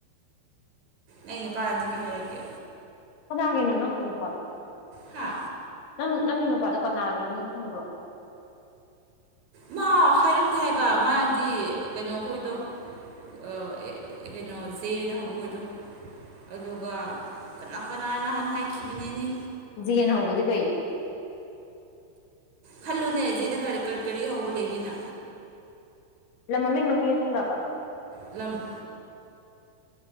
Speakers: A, on the right; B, on the left.
A: ꯑꯩ ꯄꯥꯔꯗꯤ ꯀꯩ ꯍꯥꯏꯔꯛꯀꯦ꯫
B: ꯀꯅꯥꯒꯤꯅꯣ ꯅꯪ ꯅꯨꯄꯥꯗꯣ
A: ꯍꯥ
B: ꯅꯪ ꯅꯪꯒꯤ ꯅꯨꯄꯥꯗꯣ ꯀꯅꯥꯒꯤ ꯃꯤ ꯈꯪꯕ꯭ꯔꯣ
A: ꯃꯥ ꯍꯥꯏꯔꯛꯇꯦ ꯍꯥꯏꯕ ꯃꯥꯗꯤ ꯀꯩꯅꯣꯈꯣꯏꯗꯣ ꯑ ꯑꯦ ꯀꯩꯅꯣ ꯖꯦꯅ ꯍꯧꯕ ꯍꯣꯏꯗꯣ ꯑꯗꯨꯒ ꯀꯅꯥ ꯀꯅꯥ ꯅꯍꯥꯟ ꯍꯥꯏꯈꯤꯕꯅꯤꯅꯤ꯫
B: ꯖꯦꯅ ꯍꯧꯕꯕꯗꯤ ꯀꯩ
A: ꯈꯜꯂꯣꯅꯦ ꯖꯦꯅ ꯀꯔꯤ ꯀꯔꯤ ꯍꯧꯕ ꯂꯩꯒꯦꯅ
B: ꯂꯝ ꯃꯃꯤꯡꯂ ꯃꯤ ꯃꯃꯤꯡꯂꯕ
A: ꯂꯝ